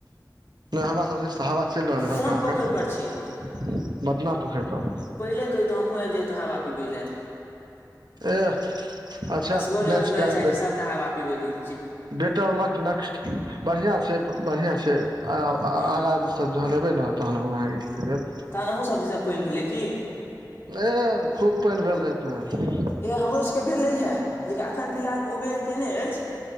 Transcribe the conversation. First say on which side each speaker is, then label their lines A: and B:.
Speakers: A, on the right; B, on the left.
A: नय हमरा सब दीस तो हावा चइल रहल
B: कोन
A: हल्का हल्का
B: पोखरि पर छी
A: मदना पोखरि पर
B: पहिले कहैतैऽ हमूँह आब जैतौ हावा पिबै लए
A: एह अच्छा
B: असगरे
A: नेक्स्ट
B: असगरे
A: टाइम
B: चाहै छी सबटा हवा पीबै लऽ
A: बेटर लक नेक्स्ट बढ़िआ छय बढ़िआ छै आगाँ
B: हँ
A: तऽ जहन एबै ने तहन हम आहाँ के देब
B: तहन अहूँ सब दिस पइन भेलै की
A: ए खूब पइन भेल राति में
B: ए हमरो सभके भेलैए लेकिन एखन फिलहालमे उबेर कयने अछि